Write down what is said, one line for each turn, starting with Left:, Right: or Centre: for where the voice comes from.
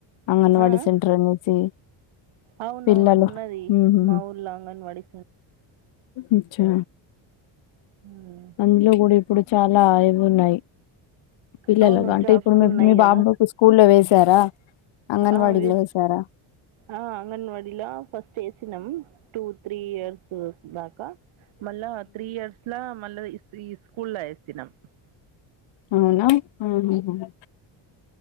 Left: అంగన్వాడి
Right: ఆ ఆ?
Left: సెంటర్ అనేసి
Right: అవునవును
Left: పిల్లలు
Right: ఉన్నది
Left: ఉహుహు.
Right: మా ఊర్ల అంగని వాడి
Left: అచ్చా
Right: హ్మ్.
Left: అందులో కూడా ఇప్పుడు చాలా యివి ఉన్నాయి పిల్లలుగా
Right: అవును
Left: అంటే
Right: జాబ్స్
Left: ఇప్పుడు మ్
Right: ఉన్నాయి
Left: మీ
Right: కదా
Left: బాబుకు స్కూల్లో వేసారా అంగన్వాడీలో
Right: ఆ విస్
Left: వేసారా
Right: ఆ అంగన్వాడీలా ఫస్ట్ ఎసినం టూ త్రీ ఇయర్స్ దాకా మళ్ళా త్రీ ఇయర్స్ మళ్ళా ఇస్ ఈ్ర స్కూల్ల్ల ఎసినం
Left: అవునా అహ హా